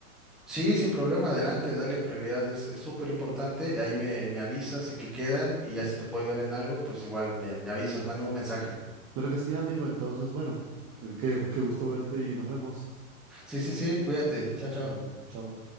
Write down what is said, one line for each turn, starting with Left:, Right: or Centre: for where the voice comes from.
Centre: Sí, sin problema, adelante, dale prioridad, es es súper importante. Ahí me, me avisas en qué quedan y ya si te puedo ayudar en algo, pues igual me, me avisas, mándame un mensaje.
Right: Claro que sí, amigo. Entonces, bueno, eh, qué, qué gusto verte y nos vemos.
Centre: Sí, sí, sí, cuídate. Chao, chao.
Right: Chao, chao.